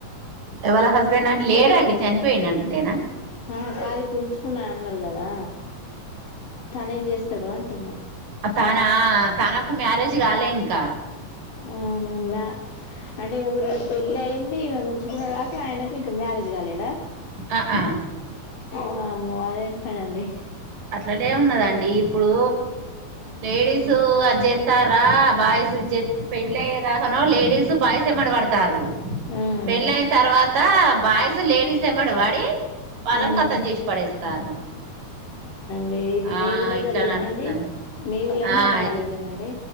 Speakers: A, on the right; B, on the left.
A: వాళ హస్బెండ్ అండి లేడండి చనిపోయిండ అంటదేనా
B: ఆ కాదు ఇప్పుడు ఉంచుకున్నా అన్నారు కదా తనే ఏం చేస్తాడు అంటున్నా
A: తన తనకు మ్యారేజ్ కాలే ఇంకా
B: అవునా మ్యా అంటే ముగ్గురు పెళ్లి అయింది నే ఉంచుకునుడు గాక ఆయనకు ఇంక మ్యారేజ్ కాలేదా
A: ఆ ఆ
B: వామ్మో అదేం పని అండి
A: అట్లా లేమున్నదండి అండి ఇప్పుడు లేడీస్ అజ్జిత్తారా బాయ్స్ ఇద్ పెళ్ళయ్యదాకానో లేడీస్ బాయ్స్ వెంబడా వాడతారు
B: ఉమ్
A: పెళ్ళయిన తర్వాత బాయ్స్ లేడీస్ ఏంబడి బడి వాళ్ళని
B: ఉమ్
A: కతం చేసి పడేస్తారు
B: మీ ఇది
A: ఆ
B: మీ ఊళ్ళ
A: ఇట్లా
B: జరిగిందా
A: నడుస్తాంది
B: అండి మీ ఊళ్ళని మీ
A: ఆ
B: అమ్మ వాళ్ళ ఊళ్ళనా అండి